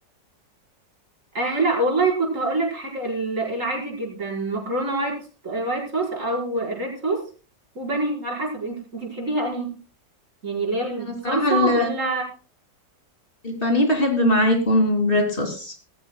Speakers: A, on the right (about 45°); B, on the left (about 30°).
A: آه لا والله كنت هقول لك حاجه ال- العادي جدا مكرونه وايت وايت صوص او الريد صوص وبانيه على حسب انت انت بتحبيها انهي يعني اللي هي
B: أنا
A: بصلصه
B: الصراحة ال-
A: ولا
B: البانيه بحب معاه يكون ريد صوص